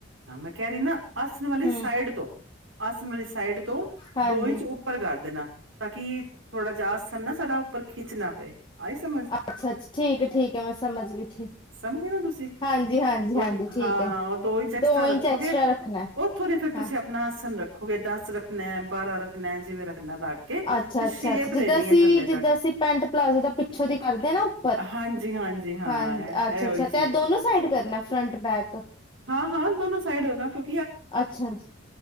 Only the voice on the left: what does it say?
ਹਮ
ਹਾਂਜੀ
ਅੱਛਾ ਅੱਛਾ ਠੀਕ ਹੈ ਠੀਕ ਹੈ ਮੈਂ ਸਮਝ ਗਈ ਠੀ
ਹਾਂਜੀ ਹਾਂਜੀ
ਹਾਂਜੀ ਠੀਕ
ਹੈ,
ਦੋ
ਇੰਚ
ਐਕਸਟਰਾ ਰੱਖਣਾ
ਹਾਂ
ਅੱਛਾ-ਅੱਛਾ
ਜਿੱਦਾਂ
ਅਸੀਂ
ਜਿਦਾਂ
ਅਸੀਂ ਪੈਂਟ ਪਲਾਜੋ ਦਾ ਪਿੱਛੋਂ ਦੀ ਕਰਦੇ ਹਾਂ ਨਾ ਉੱਪਰ
ਹਾਂਣ
ਅੱਛਾ ਅੱਛਾ
ਤੇ
ਇਹ ਦੋਨੋ
ਸਾਈਡ ਕਰਨਾ ਫਰੰਟ ਬੈਕ।
ਅੱਛਾ,